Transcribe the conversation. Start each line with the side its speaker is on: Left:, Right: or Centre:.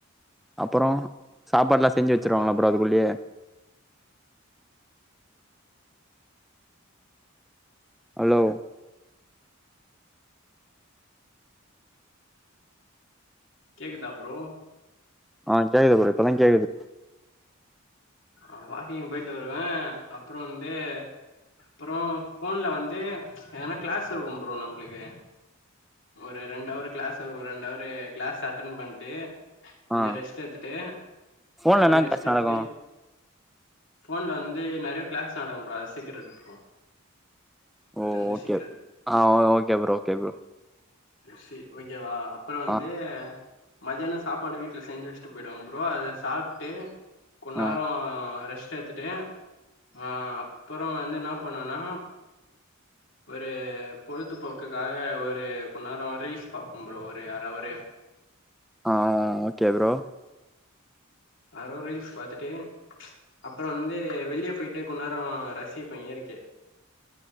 Centre: அப்றோ சாப்பாடு எல்லா செஞ்சு வச்சருவாங்களா
Left: அப்
Centre: ப்ரோ அதுக்குள்ளேயே ஹலோ
Left: கேக்குதா ப்ரோ
Centre: ஆ கேக்குது ப்ரோ இப்பதாங் கேக்குது
Left: ஆ வாக்கிங் போயிட்டு வருவேன் அப்புறம் வந்து அப்புறம் ஃபோன்ல வந்து எதனா கிளாஸ் இருக்கும் ப்ரோ நம்மளுக்கு ஒரு ரெண்டவரு கிளாஸ் இருக்கும் ஒரு ரெண்டவரு கிளாஸ் அட்டன் பண்ணிட்டு கொஞ்சம்
Centre: ஆ
Left: ரெஸ்ட் எடுத்துட்டு
Centre: ஃபோன்ல
Left: கொஞ்சம்
Centre: என்னா
Left: ரெஸ்ட்
Centre: கிளாஸ்
Left: எடுத்துட்டு
Centre: நடக்கு
Left: ஃபோன்ல வந்து நெறைய கிளாஸ் நடக்க கூடாது அது சீக்ரெட்க்கும்
Centre: ஓ
Left: அது வந்து
Centre: ஓகே
Left: சீக்ரெட்
Centre: ஆ ஓகே ஓகே ப்ரோ
Left: சரி ஓகேவா அப்புறம் வந்து
Centre: ஆ
Left: மதியானம் சாப்பாடு வீட்டுல செஞ்சு வச்சிட்டு போயிடுவாங்க ப்ரோ அதை சாப்பிட்டு கொண் நேரம்
Centre: ஆ
Left: ரெஸ்ட் எத்துட்டு ஆ அப்புறம் வந்து என்ன பண்ணேனா ஒரு பொழுதுபோக்குக்காக ஒரு கொ நேரம் ரீல்ஸ் பாப்பேன் ப்ரோ ஒரு யார ஒரு
Centre: ஆ ஓகே ப்ரோ
Left: யாரோ ரீல்ஸ் பாத்துட்டு அப்புறம் வந்து வெளியே போய்ட்டு கொஞ்ச நேரம் ரசிப்பே‌ இயற்கைய